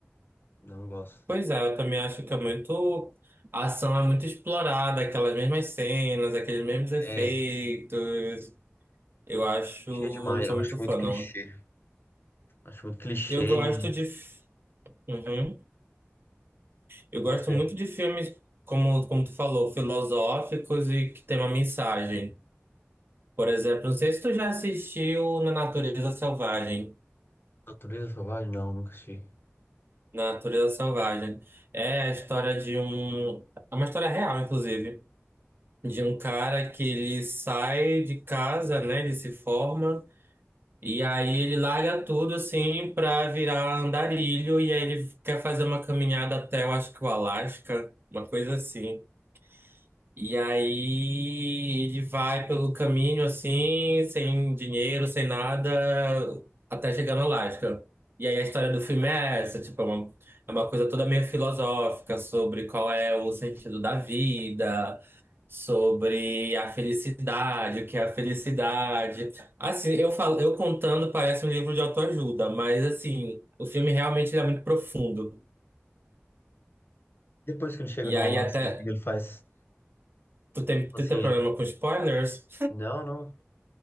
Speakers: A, on the left; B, on the right.
A: Não gosto.
B: Pois é, eu também acho que é muito... A ação é muito explorada, aquelas mesmas cenas, aqueles mesmos efeitos.
A: É,
B: Eu acho...
A: clichê demais,
B: Não sou
A: eu
B: muito
A: acho
B: fã,
A: muito clichê.
B: não.
A: Acho muito clichê.
B: Eu gosto
A: E
B: de... f- Uhum. Eu
A: e
B: gosto
A: você?
B: muito de filmes, como, como tu falou, filosóficos e que tem uma mensagem. Por exemplo, não sei se tu já assistiu Na Natureza Selvagem.
A: Natureza Selvagem? Não, nunca assisti.
B: Na Natureza Selvagem. É a história de um. É uma história real, inclusive. De um cara que ele sai de casa, né? Ele se forma. E aí ele larga tudo, assim, pra virar andarilho. E aí ele quer fazer uma caminhada até, eu acho que o Alasca. Uma coisa assim. E aí ele vai pelo caminho assim, sem dinheiro, sem nada, até chegar no Alasca. E aí a história do filme é essa, tipo, é uma, é uma coisa toda meio filosófica sobre qual é o sentido da vida, sobre a felicidade, o que é a felicidade. Assim, eu falo, eu contando parece um livro de autoajuda, mas assim, o filme realmente ele é muito profundo.
A: Depois que ele chega
B: E
A: no
B: aí
A: Alasca,
B: até
A: o que que ele faz?
B: tu tem, tu
A: Assim,
B: tem problema
A: ele.
B: com spoilers?
A: Não, não.